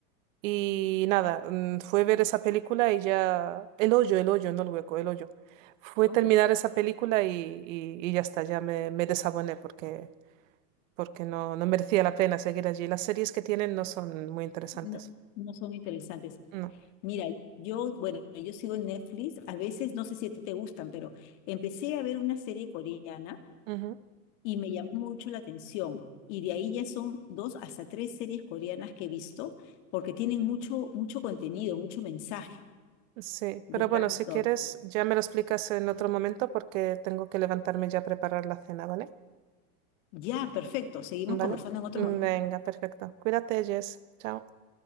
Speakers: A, on the right (about 55°); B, on the left (about 50°).
A: Y nada, mm, fue ver esa película y ya... El hoyo, el hoyo, no el hueco, el hoyo. Fue
B: ¿no?
A: terminar esa película y, y- y ya está, ya me, me desaboné porque, porque no, no merecía la pena seguir allí. Las series que tienen no son muy interesantes.
B: No, no son interesantes.
A: No.
B: Mira, yo, bueno, yo sigo en Netflix, a veces no sé si a ti te gustan, pero empecé a ver una serie coreana
A: Ujú.
B: y me llamó mucho la atención. Y de ahí ya son dos hasta tres series coreanas que he visto, porque tienen mucho, mucho contenido, mucho mensaje
A: Sí,
B: detrás
A: pero bueno,
B: de
A: si
B: todo.
A: quieres, ya me lo explicas en otro momento porque tengo que levantarme ya a preparar la cena, ¿vale?
B: Ya, perfecto. Seguimos
A: ¿Vale?
B: conversando en otro
A: Venga,
B: momento.
A: perfecto. Cuídate, Jess. Chao.